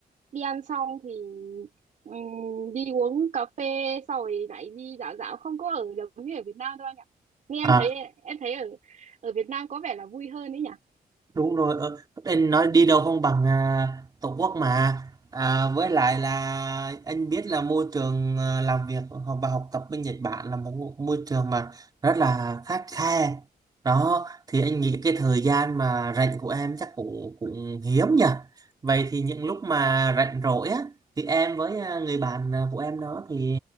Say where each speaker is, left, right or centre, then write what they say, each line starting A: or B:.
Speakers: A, on the right; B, on the right.
A: đi ăn xong thì ừm, đi uống cà phê sau rồi lại đi dạo dạo không có ở giống như ở Việt Nam đâu anh ạ nghe em
B: Ừ.
A: thấy em thấy ở ở Việt Nam có vẻ là vui hơn ấy nhỉ
B: đúng rồi ở anh nói đi đâu không bằng à, tổ quốc mà à, với lại là anh biết là môi trường à, làm việc ờ, học- và học tập bên Nhật Bản là một ngụ- môi trường mà rất là khắt khe đó thì anh nghĩ cái thời gian mà rảnh của em chắc cũng cũng hiếm nhỉ vậy thì những lúc mà rảnh rỗi á thì em với à, người bạn à, của em đó thì